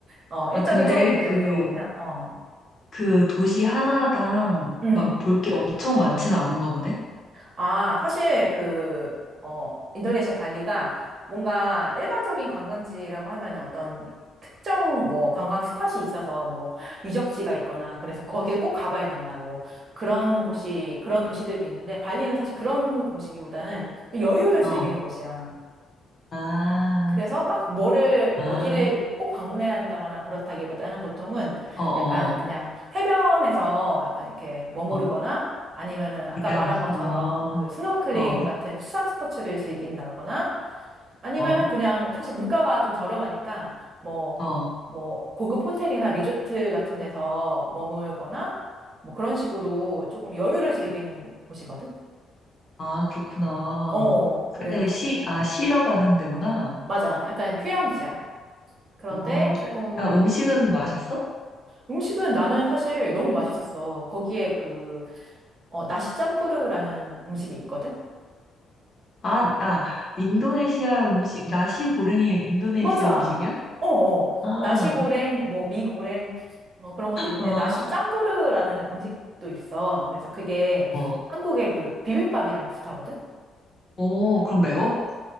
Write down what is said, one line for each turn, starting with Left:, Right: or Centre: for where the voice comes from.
Right: 어, 일정이
Left: 아, 근데
Right: 조금 여유로우면,
Left: 그,
Right: 어,
Left: 그 도시 하나당
Right: 음.
Left: 막 볼 게 엄청 많지는 않은가 보네?
Right: 아, 사실 그, 어, 인도네시아 발리가 뭔가 일반적인 관광지라고 하면은 어떤 특정 뭐 관광 스팟이 있어서 뭐 유적지가 있거나 그래서 거기를 꼭 가봐야 된다 뭐 그런 곳이 그런 도시들도 있는데 발리는 사실 그런 곳이기보다는 좀 여유를
Left: 어,
Right: 즐기는 곳이야.
Left: 아,
Right: 그래서 막 뭐를
Left: 아,
Right: 어디를 꼭 방문해야 한다거나 그렇다기보다는 보통은
Left: 어, 어,
Right: 약간 그냥 해변에서 약간 이렇게 머무르거나
Left: 어, 어,
Right: 아니면은 아까
Left: 그냥,
Right: 말한 것처럼
Left: 어,
Right: 그 스노클링
Left: 어,
Right: 같은 수상 스포츠를 즐긴다거나 아니면은
Left: 어,
Right: 그냥 사실 물가가 좀 저렴하니까 뭐
Left: 어.
Right: 뭐 고급 호텔이나 리조트 같은 데서 머물거나 뭐 그런 식으로 조금 여유를 즐기는 곳이거든.
Left: 아, 그렇구나.
Right: 어, 그래서
Left: 그래,
Right: 조금
Left: 시, 아, 쉬러 가는 데구나.
Right: 맞아. 약간 휴양지야. 그런데
Left: 어,
Right: 조금
Left: 아, 음식은 맛있어?
Right: 음식은 나는 사실 너무 맛있었어. 거기에 그, 어, 나시 짬뿌르라는 음식이 있거든?
Left: 아, 아, 인도네시아 음식, 나시 고랭이 인도네시아
Right: 맞아!
Left: 음식이야?
Right: 어, 어.
Left: 아,
Right: 나시고랭, 뭐, 미고랭, 어, 그런 것도 있는데,
Left: 아,
Right: 나시 짬뿌르라는 음식도 있어. 그래서 그게
Left: 어.
Right: 한국의 그 비빔밥이랑 비슷하거든?
Left: 오, 그럼 매워?